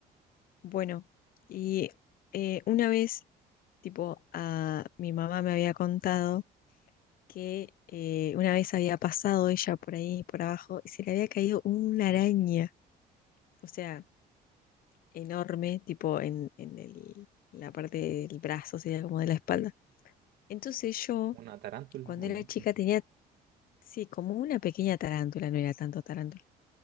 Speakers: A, on the left; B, on the right.
A: bueno, y eh, una vez, tipo, a, mi mamá me había contado que eh, una vez había pasado ella por ahí, por abajo, y se le había caído una araña, o sea, enorme, tipo en, en el- la parte del brazo, sería como de la espalda. Entonces yo
B: ¿Una tarántula
A: Cuando
B: o
A: era
B: no?
A: chica tenía, sí, como una pequeña tarántula, no era tanto tarántula.